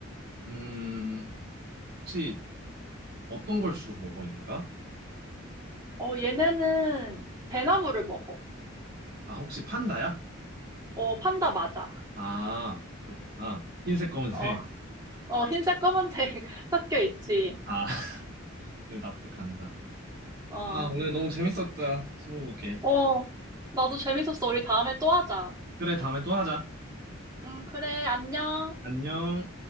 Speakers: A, on the right; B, on the right.
A: 음, 혹시 어떤 걸 주로 먹어, 얘네가?
B: 어, 얘네는 배나무를 먹어.
A: 아, 혹시 판다야?
B: 어, 판다 맞아.
A: 아, 그렇구나. 흰색, 검은색.
B: 어, 어, 흰색, 검은색 <laughs> 섞여 있지.
A: 아, <laughs> 그래, 납득한다.
B: 어,
A: 아, 오늘 너무 재밌었다. 스무고개.
B: 어, 나도 재밌었어. 우리 다음에 또 하자.
A: 그래, 다음에 또 하자.
B: 응, 그래, 안녕.
A: 안녕.